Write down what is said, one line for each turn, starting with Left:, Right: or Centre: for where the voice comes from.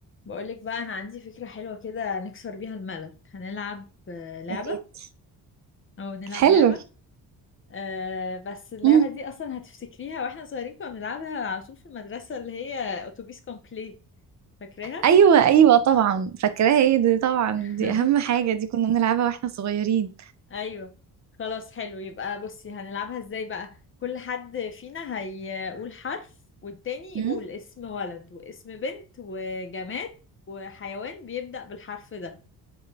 Left: بقولك بقى أنا عندي فكرة حلوة كده نكسر بيها الملل هنلعب آه، لعبة
Right: يا ريت
Left: أو نلعب
Right: حلو
Left: لعبة أه بس اللعبة
Right: مم.
Left: دي أصلا هتفتكريها وإحنا صغيرين كنا بنلعبها على طول في المدرسة اللي هي أتوبيس كومبلي فاكراها؟
Right: ايوه ايوه طبعا فاكراها ايه دي طبعا
Left: <laughs>
Right: دي اهم حاجه دي كنا بنلعبها واحنا صغيرين
Left: أيوه خلاص حلو يبقى بصي هنلعبها إزاي بقى كل حد فينا هيقول حرف والتاني
Right: مم.
Left: يقول اسم ولد واسم بنت وجماد وحيوان بيبدأ بالحرف ده